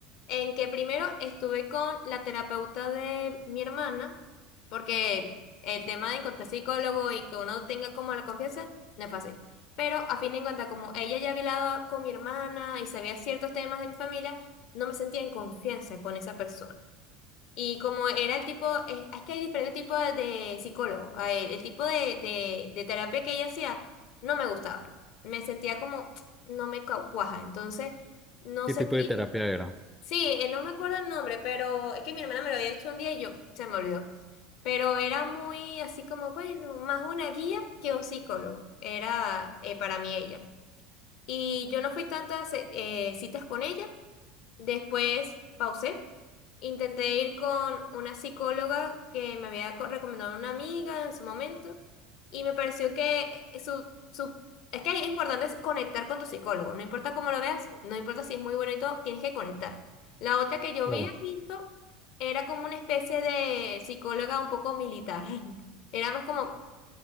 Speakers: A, on the left; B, in the centre.
A: en que primero estuve con la terapeuta de mi hermana, porque el tema de encontrar psicólogo y que uno tenga como la confianza no es fácil, pero a fin de cuentas, como ella ya había hablado con mi hermana y sabía ciertos temas de mi familia, no me sentía en confianza con esa persona. Y como era el tipo, es, es que hay diferentes tipos de, de psicólogo. A ver, el tipo de, de, de terapia que ella hacía no me gustaba. Me sentía como, <tsk> no me cau- cuaja. Entonces, no
B: ¿Qué
A: sé
B: tipo
A: ti.
B: de terapia era?
A: Sí, eh, no me acuerdo el nombre, pero es que mi hermana me lo había hecho un día y yo se me olvidó. Pero era muy así como, bueno, más una guía que un psicólogo. Era eh, para mí ella. Y yo no fui tantas eh, citas con ella Después pausé. Intenté ir con una psicóloga que me había co- recomendado una amiga en su momento y me pareció que su, su- es que es importante es conectar con tu psicólogo. No importa cómo lo veas, no importa si es muy bueno y todo, tienes que conectar. La otra que yo
B: Claro.
A: había visto era como una especie de psicóloga un poco militar. <laughs> Éramos como,